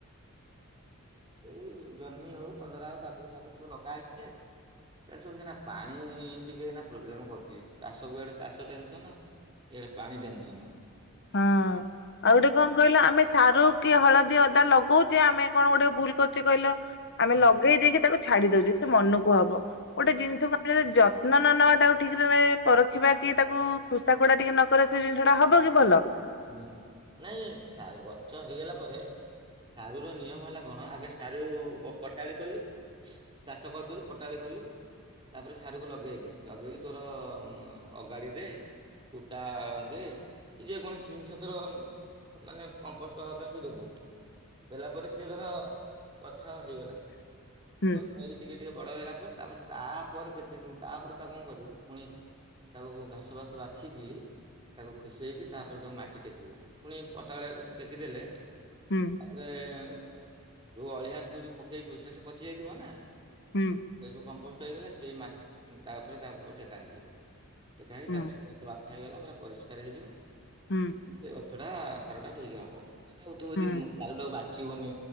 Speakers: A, on the right (about 20°); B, on the left (about 50°).
A: ଏଇ ଜହ୍ନି ହଉ, କଲରା ହଉ, କାକୁଡି, ଫାକୁଡି ସବୁ ଲଗା ହେଇଛି ଯେ, ସେସବୁ ସିନା ପା ଣି, ଟିକେ ଏନା ପ୍ରୋବ୍ଲେମ୍ କରୁ ଚାଷକୁ, ଏଡ଼େ ଚାଷ ଟେନ୍‌ସନ, ଇଆଡ଼େ ପାଣି ଟେନ୍‌ସନ ।
B: ହଁ। ଆଉ ଗୋଟେ କଣ କହିଲ ଆମେ ସାରୁ କି, ହଳଦୀ, ଅଦା ଲଗଉଛେ ।ଆମେ କଣ, ଗୋଟେ ଭୁଲ୍‌ କରୁଛେ କହିଲ? ଆମେ
A: ହୁଁ
B: ଲଗେଇ ଦେଇକି ତାକୁ ଛାଡ଼ି ଦଉଚି ସେ ମନକୁ ହବ । ଗୋଟେ ଜିନିଷ କ ହେଲା ଯ ତନ ନ ନବା ତାକୁ ଠିକ୍‌ରେ ପରଖିବା କି ତାକୁ ଖୋସା ଖୋଡା ଟିକେ ନକଲେ ସେ ଜିନିଷ ଟା ହବ କି ଭଲ ।
A: ହୁଁ ନାଇଁ ସା ଗଛ ହେଇଗଲା ପରେ ସାରୁ ର ନିୟମ ହେଲା କଣ ଆଗେ ସାରୁ ପଟାଳି କଲୁ ଚାଷ କରିଦେଲୁ ପଟାଳି କଲୁ ତାପରେ ସାରୁକୁ ଲଗେଇଲୁ ଲଗେଇକି ତୋର ଅଗାଡି ଦେ କୁଟା ଦେ କି ଯେକୌଣସି । ଜିନିଷ ତୋର ମାନେ କମ୍ପୋଷ୍ଟ ହେବା ପାଇଁ ତୁ ଦେବୁ ଦେଲା ପରେ ସେ ଧର । ଗଛ ହେଇଗଲା
B: ହୁଁ
A: ଗଛ ହେଇକି ଟିକେ ଟିକେ । ବଡ଼ ହେଇଗଲା ପରେ ତାପରେ ତାପରେ କେତେ ଦିନ ତାପରେ ତାକୁ କଣ କରିବି ପୁଣି ତାକୁ ଘାସ ଫାସ ବାଛିକି ତାକୁ ଖୁସେଇ କି ତାପରେ । ତାକୁ ମାଟି ଟେକିବୁ ପୁଣି ପୋଟାଳି ଟେକିଦେଲେ ।
B: ହୁଁ
A: ତା ପରେ । ଯୋଉ ଅଳିଆ ତୁ ଯୋଉ ପକେଇଥିବୁ ସେସବୁ ପଚି ଯାଇଥିବ ନା ।
B: ହୁଁ
A: ସେ ସବୁ କମ୍ ପୋଷ୍ଟ ହେଇଗଲା ସେଇ ମାଟି ତାପରେ ତାକୁ ଟେକା ହେଇଯିବ। ଟେକା ହେଇକି
B: ହୁଁ
A: ତା ଘାସ ଫାଶ ବଛା ହେଇଗଲା ପୁରା ପରିଷ୍କାର ହେଇଯିବ।
B: ହୁଁ
A: <inaudible> ସେଇଟା ସାର ଟା ଠିକ୍ ହେବ । ଆଉ ତୁ ଅଦି
B: ହୁଁ
A: ଉଁ ପାଲ ଟା କୁ ବା। ଛିବୁନି